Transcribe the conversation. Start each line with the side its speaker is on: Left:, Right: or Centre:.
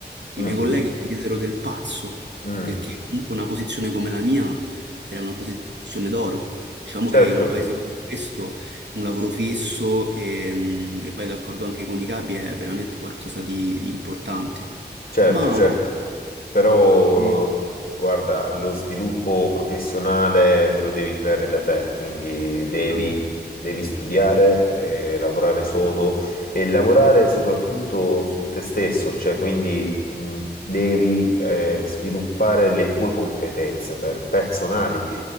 Right: I
Left: mm,
Right: miei colleghi mi diedero del pazzo,
Left: mm, mm.
Right: perché comunque una posizione come la mia era una posizione d'oro. Diciamo
Left: Certo.
Right: che in un paese come questo un lavoro fisso e, mm, e vai d'accordo anche con i capi è veramente qualcosa di, di importante.
Left: Certo,
Right: Ma...
Left: certo, però
Right: Mm.
Left: guarda, lo sviluppo professionale te lo devi creare da te, quindi
Right: certamente.
Left: devi, devi studiare, eh, lavorare sodo e lavorare soprattutto su te stesso, cioè quindi mh, devi eh, sviluppare le tue competenze per- personali.